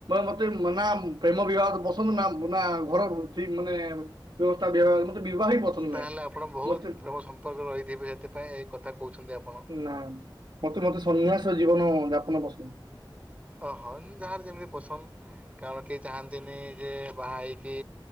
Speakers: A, on the right; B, on the right.
A: ମତେ ନା ପ୍ରେମ ବିବାହ ପସନ୍ଦ ନା ନା ଘର ଠିକ ମାନେ ବ୍ୟବସ୍ଥା ବିବାହ ମତେ ବିବାହ ହିଁ ପସନ୍ଦ
B: ତାହେଲେ
A: ନାହିଁ।
B: ଆପଣ ବୋହୁତ
A: ମତେ
B: ପ୍ରେମ ସମ୍ପର୍କ ରହିଥିବେ ସେଥିପାଇଁ ଏ କଥା କହୁଚନ୍ତି ଆପଣ।
A: ନା ମତେ ମତେ ସନ୍ନ୍ୟାସ ଜୀବନ ଯାପନ ପସନ୍ଦ।
B: ଅହୋ ଯାହାର ଯେମିତି ପସନ୍ଦ କାରଣ କେହି ଚାହାନ୍ତିନି ଯେ ବାହା ହେଇକି